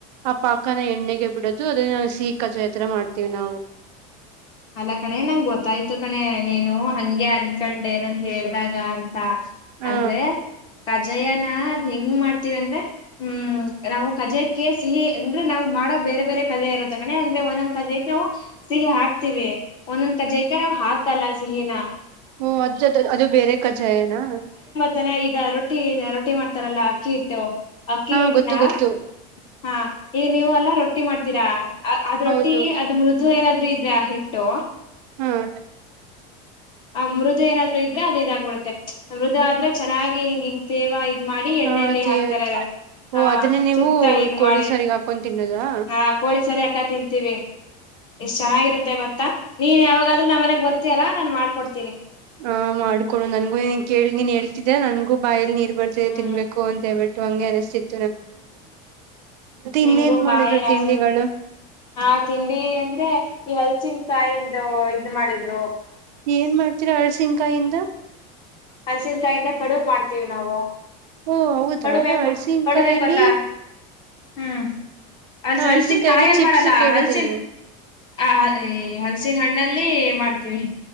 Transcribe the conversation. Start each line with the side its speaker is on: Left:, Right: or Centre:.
Right: ಆ ಪಾಕನ ಎಣ್ಣೆಗೆ ಬಿಡದು ಅದನ್ನ ಸಿಹಿ ಕಜ್ಜಾಯ ತರ ಮಾಡ್ತಿವಿ ನಾವು
Left: ಅಲ್ಲ ಕಣೆ ನಂಗೊತ್ತಾಯ್ತು ಕಣೆ ನೀನು ಹಂಗೆ ಅನ್ಕೊಂಡೆ ನಾನ್ ಹೇಳ್ದಾಗ ಅಂತ
Right: ಹ
Left: ಅಂದ್ರೆ ಕಜ್ಜಾಯನ ಅದ್ ಹೆಂಗ್ ಮಾಡ್ತಿವಿ ಅಂದ್ರೆ ಹ್ಮ್ ನಾವು ಕಜ್ಜಾಯಕ್ಕೆ ಸಿಹಿ ಅಂದ್ರೆ ನಾವು ಮಾಡೋ ಬೇರೆ ಬೇರೆ ಕಜ್ಜಾಯ ಇರುತ್ತೆ ಕಣೆ ಅಂದ್ರೆ ಒಂದೊಂದ್ ಕಜಾಯಕ್ಕೆ ನಾವು ಸಿಹಿ ಹಾಕ್ ತಿವಿ ಒಂದೊಂದ್ ಕಜ್ಜಾಯಕ್ಕೆ ನಾವು ಹಾಕಲ್ಲ ಸಿಹಿನಾ
Right: ಹ್ಮ ಅಜ್ಜೋದು ಅದು ಬೇರೆ ಕಜ್ಜಾಯನಾ
Left: ಕಣೆ ಈಗ ರೊಟ್ಟಿ ರೊಟ್ಟಿ ಮಾಡ್ತಾರಲ್ಲ ಅಕ್ಕಿ ಹಿಟ್ಟು ಅಕ್ಕಿ
Right: ಹಾ
Left: ಹಿಟ್ನಾ
Right: ಗೊತ್ತು ಗೊತ್ತು
Left: ಹಾ ಈಗ್ ನೀವೆಲ್ಲಾ ರೊಟ್ಟಿ ಮಾಡ್ತೀರಾ ಅದ್
Right: ಹೌದು
Left: ರೊಟ್ಟಿ ಅದ ಮೃದು ಏನಾದ್ರೂ <unintelligible> ಹಿಟ್ಟು
Right: ಹ್ಮ್
Left: ಆ ಮೃದು ಏನಾದ್ರು ಇದ್ರೆ ಅದು ಇದಾಗಬಿಡುತ್ತೆ ಮೃದು ಆದ್ರೆ ಚೆನ್ನಾಗಿ ಹಿಂಗ್ ಹಿಂಗ್ ತೇವ ಇದ್ ಮಾಡಿ ಎಣ್ಣೆಲಿ
Right: ಹಾ ಚೇಟ್
Left: ಹಾಕ್ತಾರೇ
Right: ಓ
Left: ಹಾ
Right: ಅದನ್ನೇ ನೀವು
Left: ಸುತ್ತ ಹಿಂಗ್
Right: ಕೋಳಿ
Left: ಮಾಡಿ
Right: ಸಾರಿಗೆ ಹಾಕೊಂಡ್ ತಿನ್ನದಾ
Left: ಹಾ ಕೋಳಿಸಾರಿಗೆ ಹಾಕ್ ಕ ತಿಂತೀವಿ ಎಷ್ಟ್ ಚೆನ್ನಾಗಿರುತ್ತೆ ಗೊತ್ತಾ ನೀನ್ ಯಾವಾಗಾದ್ರೂ ನಮ್ಮ ಮನೆಗ್ ಬರ್ತಿಯಲ್ಲ ನಾನ್ ಮಾಡ್ಕೊಡ್ತ್
Right: ಹಾ ಮಾಡ್ಕೊಡು ನನ್ಗೂ ನೀನ್ ಕೇಳ್ ನೀನ್ ಹೇಳ್ತಿದ್ಯಾ ನನ್ಗೂ ಬಾಯಲ್ ನೀರ್ ಬರ್ತಿದೆ
Left: ಹ್ಮ್
Right: ತಿನ್ಬೇಕು ಅಂತೇಳ್ಬಿಟ್ಟು ಟ್ಟು ಹಂಗೆ ಅನ್ಸ್ತಿತ್ತ್ ಇನ್ನೇನ್
Left: ನಿಂಗು
Right: ಮಾಡಿದ್ರು
Left: ಬಾಯಿ ರಾಸ
Right: ತಿಂಡಿಗಳು
Left: ಒಂದ ಆ ತಿಂಡಿ ಅಂದ್ರೆ ಈ ಹಲ್ಸಿನಕಾಯಿಂದು ಇದ ಮಾಡಿದ್ರು
Right: ಏನ್ ಮಾಡ್ತೀರಾ ಅಳ್ಸಿನ್ಕಾಯಿಂದ
Left: ಹಲಸಿನಕಯಿಂದ ಕಡುಬ್ ಮಾಡ್ತೀವಿ ನಾವು
Right: ಓ ಹೌದಾ
Left: ಕಡುಬ್ ಹೆಂಗ್
Right: ಅಲ್ಸಿನ್ಕಯಲಿ
Left: ಕಡುಬ್ ಹೆಂಗ್ ಗೊತ್ತಾ ಹ್ಮ್ ಅ
Right: ಹಳ್ಸಿನ್ಕಾಯಲ್ಲಿ
Left: ಹಲ್ಸನ್ ಕಾಯಲ್
Right: ಚಿಪ್ಸ್
Left: ಮಾಡಲ್ಲ
Right: ಕೇಳಿದ್ದೀನಿ
Left: ಹಲ್ಸನ್ ಆ ಎ ಹಲ್ಸನ್ ಹಣ್ ನಲ್ಲಿ ಮಾಡ್ತೀವಿ